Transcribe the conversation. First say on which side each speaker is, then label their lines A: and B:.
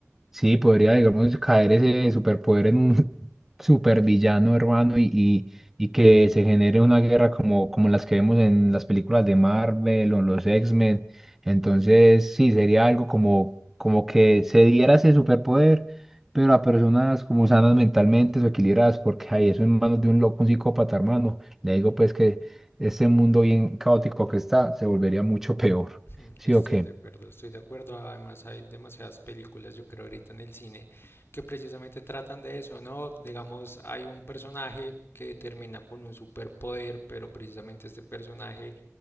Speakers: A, in the centre; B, on the left (about 50°).
A: Sí, podría, digamos, caer ese superpoder en un <laughs> supervillano hermano y, y, y que se genere una guerra como, como las que vemos en las películas de Marvel o en los X-Men. Entonces, sí, sería algo como, como que se diera ese superpoder, pero a personas como sanas mentalmente o equilibradas, porque hay eso en manos de un loco, un psicópata, hermano. Le digo, pues, que este mundo bien caótico que está se volvería mucho peor.
B: <laughs>
A: ¿Sí
B: Estoy
A: o qué?
B: de acuerdo, estoy de acuerdo. Además hay demasiadas películas, yo creo, ahorita en el cine que precisamente tratan de eso, ¿no? Digamos, hay un personaje que termina con un superpoder, pero precisamente este personaje